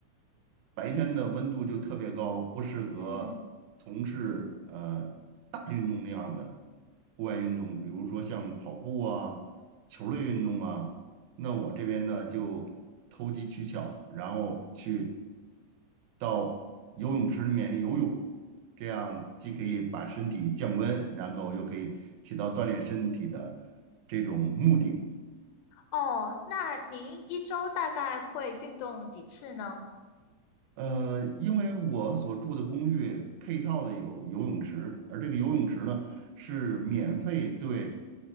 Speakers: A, on the right; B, on the left.
A: 白天的温度就特别高，不适合从事呃大运动量的
B: 嗯。
A: 户外运动，比如说像跑步啊、球类运动啊。那我这边呢就投机取巧，然后去到游泳池里面游泳，这样既可以把身体降温，然后又可以起到锻炼身体的这种目的。
B: 哦，那您一周大概会运动几次呢？
A: 呃，因为我所住的公寓配套的有游泳池，而这个游泳池呢是免费对